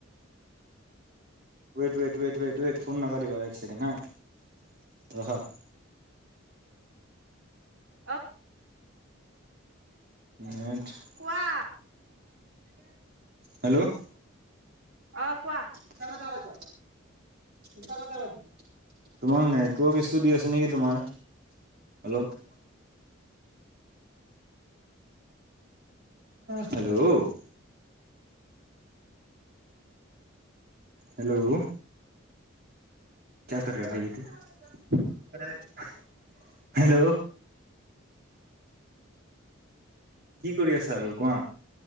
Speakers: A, on the right (about 50°); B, on the right (about 75°).
A: ৱেইট-ৱেইট-ৱেইট-ৱেইট-ৱেইট ফোন নকৰিব এক ছেকেণ্ড হা ৰখা।
B: অ',
A: মোঠ। <unintelligible>
B: কোৱা?
A: হেল্ল',
B: অঁ, কোৱা?
A: মিছা কথা কৈছ মিছা কথা কৈছ। তোমাক নেটৱৰ্ক ইছো দি আছে নেকি? তোমাৰ অলপ। হেল্ল', হেল্ল', ক্যা কৰ ৰহে হো ভাই এইটো হেল্ল', কি কৰি আছা আৰু কোৱা?